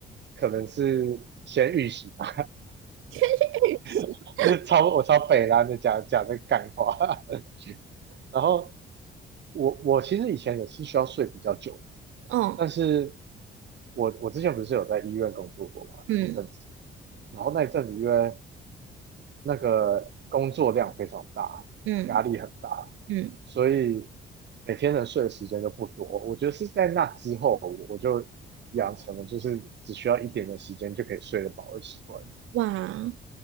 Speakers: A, on the right; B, on the right.
A: 可能是先预习吧，
B: <laughs>
A: <laughs> 超我超北烂的讲讲这个干话，<laughs> 然后我我其实以前也是需要睡比较久，
B: 嗯
A: 但是我我之前不是有在医院工作过嘛一阵子，
B: 嗯
A: 然后那一阵子因为那个工作量非常大，
B: 嗯
A: 压力很大，
B: 嗯，
A: 所以每天能睡的时间都不多。我觉得是在那之后，我我就养成了就是只需要一点的时间就可以睡得饱的习惯。
B: 哇。